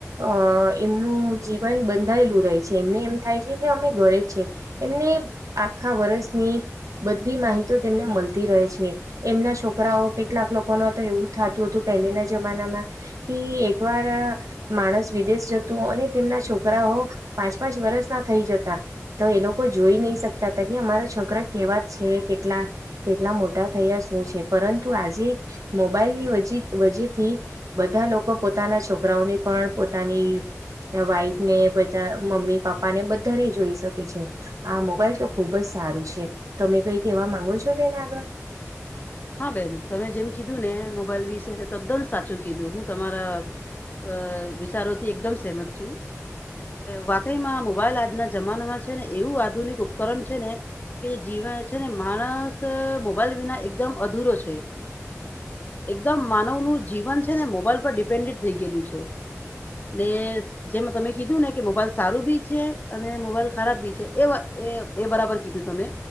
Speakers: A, on the right; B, on the left.
A: અ એમનું જીવન બંધાયેલું રહે છે એમને એમ થાય છે કે અમે ઘરે છે એમને આખા વર્ષની બધી માહિતી તેમને મળતી રહે છે એમના છોકરાઓ કેટલાક લોકોનો હતો એવું થતું હતું પહેલાના જમાનામાં ક એક વાર માણસ વિદેશ જતું અને તેમના છોકરાઓ પાંચ પાંચ વર્ષના થઈ જતા તો એ લોકો જોઈ નહી શકતા હતા કે અમારા છોકરા કેવા છે કેટલા કેટલા મોટા થયા શું છે પરંતુ આજે મોબાઈલ ની વજી વજેથી બધા લોકો પોતાના છોકરાઓની પણ પોતાની વાઈફ ને બધા મમ્મી પાપા ને બધાને જોઈ શકે છે આ મોબાઈલ તો ખુબ જ સારું છે તમે કઈ કેવા માંગો છો બેન આગળ
B: હા બેન તમે જેમ કીધું ને મોબાઈલ વિશે તદ્દન સાચું કીધું હું તમારા અ વિચારોથી એકદમ સહેમત છું વાકઈમાં મોબાઈલ આજના જમાનામાં છે ને એવું આધુનિક ઉપકરણ છે ને કે જે જીવન છે ને માણસ મોબાઈલ વિના એકદમ અધૂરો છે એકદમ માનવનું જીવન છે ને મોબાઈલ પર ડિપેન્ડેન્ટ થઈ ગયેલું છે <unintelligible> જેમાં તમે કીધું ને કે મોબાઈલ સારું બી છે અને મોબાઈલ ખરાબ બી છે એ વા એ એ બરાબર કીધું તમે